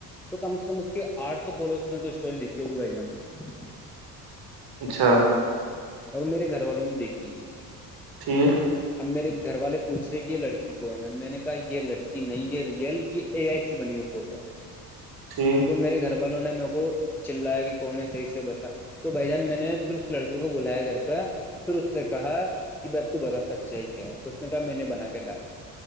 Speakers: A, in the centre; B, on the right.
A: تو کم سے کم اس کے آٹھ سو فالوز نے تو اسٹوری دیکھی ہوگی بھائی جان کو
B: اچھا
A: اور میرے گھر والوں نے دیکھی ہے
B: ٹھیک
A: اب میرے گھر والے پوچھ رہے کہ یہ لڑکی کون ہے میں نے کہا یہ لڑکی نہیں یہ ریئل یہ ا آئی سی بنی ہوئی فوٹو <unintelligible>
B: ٹھیک
A: میرے گھر والوں نے میرے کو چلایا کہ کون نے صح سے بتا تو بھ جان میں نے پھر اس لڑکی کو کو بولایا گھر کا پھر اس سے کہا کہ ب اب تو بتا سچائی کیا ہے اس نے کہا میں نے بنا کے ڈالا